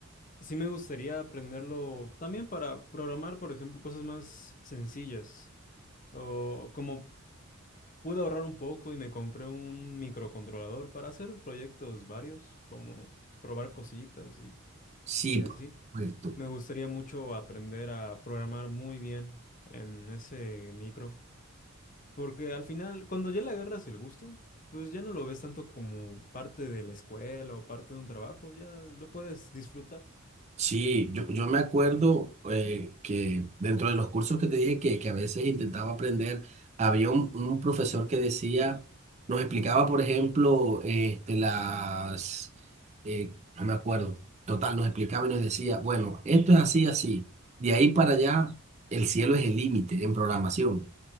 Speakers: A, on the left; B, on the right.
A: sí me gustaría aprenderlo también para programar, por ejemplo, cosas más sencillas. O como pude ahorrar un poco y me compré un microcontrolador para hacer proyectos varios, como probar cositas y,
B: Sí,
A: y así.
B: por supuesto.
A: Me gustaría mucho aprender a programar muy bien en ese micro, porque al final, cuando ya le agarras el gusto, pues ya no lo ves tanto como parte de la escuela o parte de un trabajo, ya lo puedes disfrutar.
B: Sí, yo, yo me acuerdo eh, que dentro de los cursos que te dije que, que a veces intentaba aprender, había un, un profesor que decía, nos explicaba, por ejemplo, este, las, eh, no me acuerdo, total, nos explicaba y nos decía, bueno, esto es así, así, de ahí para allá, el cielo es el límite en programación